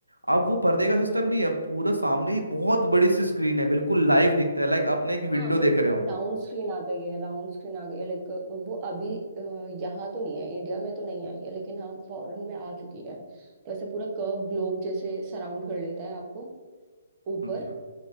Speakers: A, on the right; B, on the right.
A: अब वो पर्दे का
B: हम्म
A: सिस्टम
B: हम्म
A: नहीं
B: हम्म।
A: है पूरा सामने ही बहुत बड़ी सी स्क्रीन है बिल्कुल लाइव दिखता है लाइक आपने एक विंडो
B: हाँ वो
A: देख रहे हो
B: राउंड स्क्रीन आ गई है राउंड स्क्रीन आ गई है लाइक वो अभी अ, यहाँ तो नहीं है इंडिया में तो नहीं आई है लेकिन हाँ फॉरेन में आ चुकी है तो ऐसे पूरा कर्व ग्लोब जैसे सराउंड कर लेता है आपको ऊपर
A: अच्छा